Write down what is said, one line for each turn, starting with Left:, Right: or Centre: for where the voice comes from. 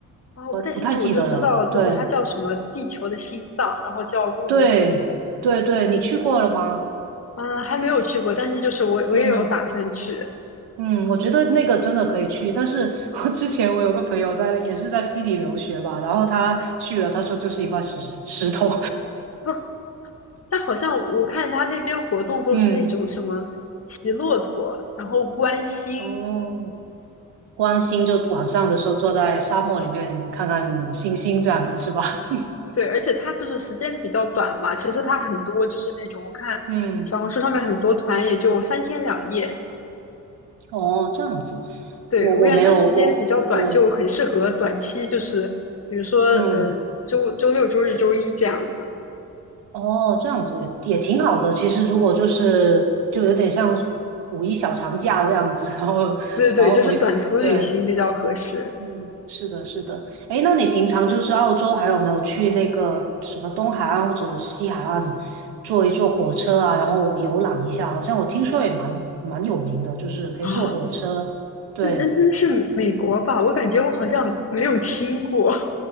Left: 啊、我不太清楚，
Right: 不太记得了。
Left: 我就知道就是它叫什么地球的心脏，
Right: 对，
Left: 然后叫乌鲁鲁。
Right: 对，对，对，你去过了吗？
Left: 嗯，还没有去过，但是就是我我也有打算去。
Right: 嗯嗯，我觉得那个真的可以去。但是我之前我有个朋友在，也是在悉尼留学吧，然后他去了，他说就是一块石石头。
Left: 不，但好像我看他那边活动都是那种什么骑骆驼，
Right: <laughs> 嗯，
Left: 然后观星，
Right: 哦。观星就晚上的时候坐在沙漠里面看看星星这样子是吧？<laughs>
Left: 对，而且它就是时间比较短嘛。其实它很多就是那种我看小红书上面很多团也就三天两夜，
Right: 嗯，哦，这样子，
Left: 对，
Right: 我我没有，
Left: 我感觉它时间比较短，
Right: 我对，
Left: 就很适合短期，就是比如说呃周周六、
Right: 嗯，
Left: 周日、周一这样子。
Right: 哦，这样子也也挺好的。其实如果就是就有点像五一小长假这样子，然后然后回，
Left: 对对，就是短途旅行比较合适。
Right: 对嗯，是的，是的。哎，那你平常就是澳洲，还有没有去那个什么东海岸或者西海岸坐一坐火车啊，然后游览一下？好像我听说也蛮蛮有名的，就是可以坐火车。
Left: 啊
Right: 对，
Left: 那那那是美国吧？我感觉我好像没有听过，